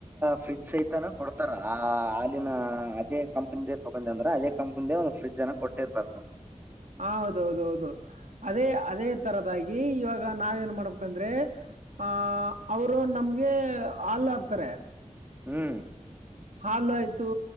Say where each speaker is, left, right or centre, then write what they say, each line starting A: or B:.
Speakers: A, on the right (about 15°); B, on the right (about 75°).
A: ಫ್ರಿಡ್ಜ್ ಸೈಹಿತಾನ ಕೊಡ್ತ ತರ ಆ ಹಾಲಿನ ಅದೇ ಕಂಪನಿದೆ ತಗೊಂಡೆ ಅಂದ್ರ ಅದೇ ಕಂಪನಿದ ಒಂದು ಫ್ರಿಜ್ ಅನ್ನ ಕೊಟ್ಟೆ ಕೊಟ್ಟಿರ್ತಾ
B: ಹ ಹೌದೌದು ಹೌದು ಅದೇ
A: ಹ್ಮ್
B: ಅದೇ ತರದಾಗಿ ಇವಾಗ ನಾವ್ ಏನ್ ಮಾಡಬೇ ಯಾಕಂದ್ರೆ ಆ ಅವ್ರು ನಮ್ಗೆ ಹಾಲ್ ಹಾಕ್ತಾರೆ.
A: ಹ್ಮ್
B: ಹಾಲು ಆಯ್ತು